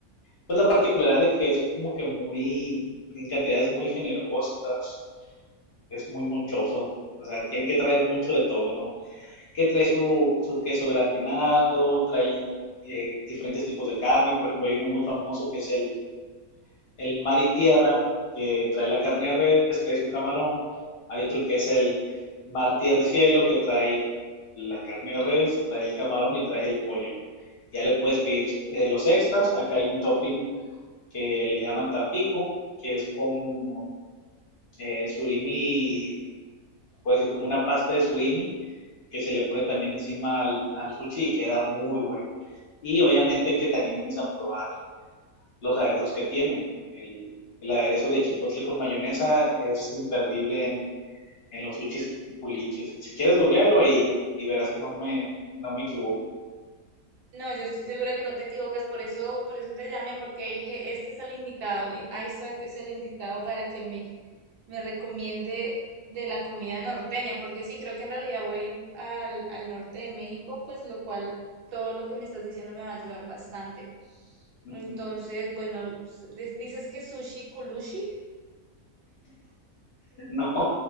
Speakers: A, on the left; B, on the right.
A: pues la particularidad de que es como que muy, en cantidades muy generosas, es muy monchoso. O sea, tiene que traer mucho de todo, ¿no? Que trae su, su queso gratinado, trae eh, diferentes tipos de carne. Por ejemplo, hay uno muy famoso que es el, el mar y tierra, que trae la carne de res, trae su camarón. Hay otro que es el mar, tierra y cielo, que trae la carne de res, trae el camarón y trae el pollo, ¿no? Ya le puedes pedir eh, los extras. Acá hay un topping que le llaman tampico, que es como eh, surimi, se puede decir como una pasta de surimi, que se le pone también encima al, al sushi y queda muy bueno. Y obviamente que te animes a probar los aderezos que tiene. El, el aderezo de chipotle con mayonesa es imperdible en, en los sushis culichis. Si quieres, googlealo y, y verás que no me, no me equivoco.
B: No, yo estoy segura que no te equivocas, por eso, por eso te llamé, porque dije, este es el indicado, y Isaac es el indicado para que me, me recomiende de la comida norteña, porque sí, creo que en realidad voy a ir al, al norte de México, pues lo cual todo lo que me estás diciendo me va a ayudar bastante.
A: <laughs>
B: Entonces, bueno, s- di- dices que sushi culichi.
A: No,